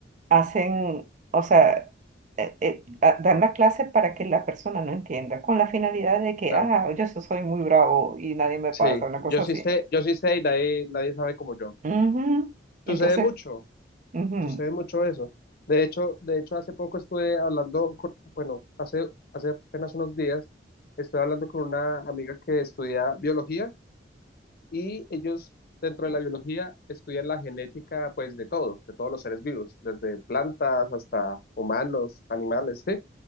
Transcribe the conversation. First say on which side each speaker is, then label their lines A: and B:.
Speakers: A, on the right; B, on the left.
A: hacen, o sea, eh, eh, a- dan la clase para que la persona no entienda, con la finalidad de que,
B: claro,
A: ah, yo so- soy muy bravo y nadie me
B: sí,
A: pasa, una
B: yo
A: cosa
B: sí
A: así.
B: sé, yo sí sé y nadie, nadie sabe como yo.
A: Ujú. Entonces,
B: Sucede mucho,
A: ujú,
B: Sucede mucho eso. De hecho, de hecho, hace poco estuve hablando, con- bueno, hace, hace apenas unos días, estuve hablando con una amiga que estudia biología y ellos dentro de la biología estudian la genética, pues, de todo, de todos los seres vivos, desde plantas hasta humanos, animales, ¿sí?